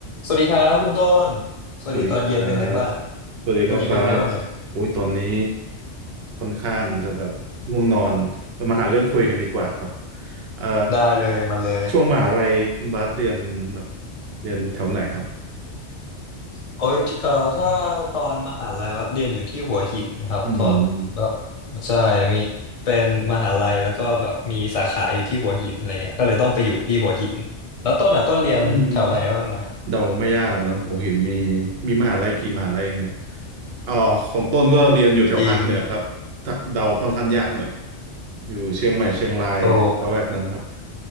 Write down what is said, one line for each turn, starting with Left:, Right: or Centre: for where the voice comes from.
Left: สวัสดีครับคุณต้นสวัสดีตอนเย็นเป็นไงบ้าง
Right: สวัสดีครับสวัสดีครับบาส
Left: วันนี้เป็นไงบ้างเอ่ย
Right: อุ้ยตอนนี้ค่อนข้างจะแบบง่วงนอนเรามาหาเรื่องคุยกันดีกว่าครับเอ่อ
Left: ได้เลยมาเลย
Right: ช่วงมหาลัยคุณบาสเรียนแบบเรียนแถวไหนครับ
Left: โอ้ยที่เอ่อถ้าตอนมหาลัยวัดเรียนอยู่ที่หัวหินนะครับตอนแบบ
Right: อืมอืม
Left: ใช่มีเป็นมหาลัยแล้วก็แบบมีสาขาอยู่ที่หัวหินอะไรเงี้ยก็เลยต้องไปอยู่ที่หัวหินแล้วต้นอ่ะต้นเรียนแถวไหนบ้างไง
Right: อืมเดาไม่ยากเนอะผมเห็นมีมีมหาลัยกี่มหาลัยเองเนี่ยอ๋อของต้นก็เรียนอยู่แถวภาคเหนือครับ
Left: จริง
Right: เดาค่อนข้างยากหน่อยอยู่เชียงใหม่เชียงรายละแวกนั้นครับ
Left: โอ้